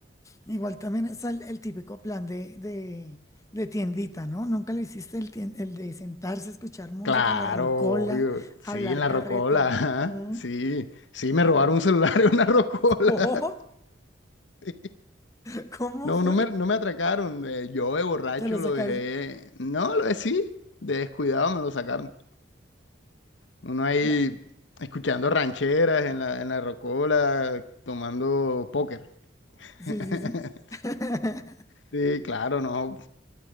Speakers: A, on the left (about 15°); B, on the left (about 85°).
A: Igual también es el, el típico plan de, de, de tiendita, ¿no? Nunca lo hiciste el, tien- el de sentarse a escuchar música,
B: Claro,
A: la rocola,
B: obvio.
A: hablar
B: Sí, en la
A: carreta.
B: rocola. ajá,
A: ¿Mm?
B: Sí, sí, me robaron
A: Sí.
B: un celular en una rocola.
A: ¿Cómo?
B: <laughs> sí.
A: <laughs> ¿Cómo
B: No,
A: fue?
B: no me, no me atracaron. eh, yo de borracho
A: Te lo
B: lo
A: sacaron.
B: dejé. No, lo decí. De descuidado me lo sacaron. Uno ahí
A: Claro.
B: escuchando rancheras en la, en la rocola, tomando póker.
A: Sí,
B: <laughs>
A: sí, sí. <laughs>
B: Sí, claro, no.